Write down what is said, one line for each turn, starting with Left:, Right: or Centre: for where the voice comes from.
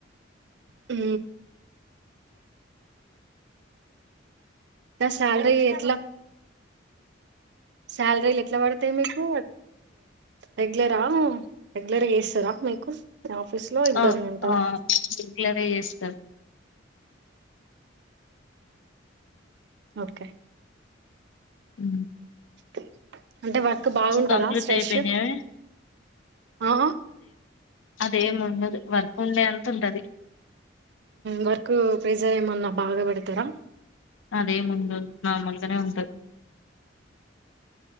Right: హ నా సాలరీ ఎట్లా శాలరీలు ఎట్లా పడతాయి మీకు రెగ్యులరా రెగ్యులర్గా చేస్తారా మీకు మీ ఆఫీస్ లో ఇబ్బంది
Left: ఆ
Right: ఉంటందా
Left: ఆ రెగ్యులర్ గా చేస్తారు
Right: ఓకే
Left: ఉ
Right: ఓ అంటే వర్క్ బాగుంటదా
Left: కంప్లీట్
Right: స్ట్రెస్
Left: అయిపోయినాయి
Right: ఆ
Left: అదే ఉండదు వర్కు ఉండే అంతంటది
Right: వర్క్ ప్రెజర్ ఏమన్నా బాగా పెడతారా
Left: అదే ముందు నార్మల్గనే ఉంది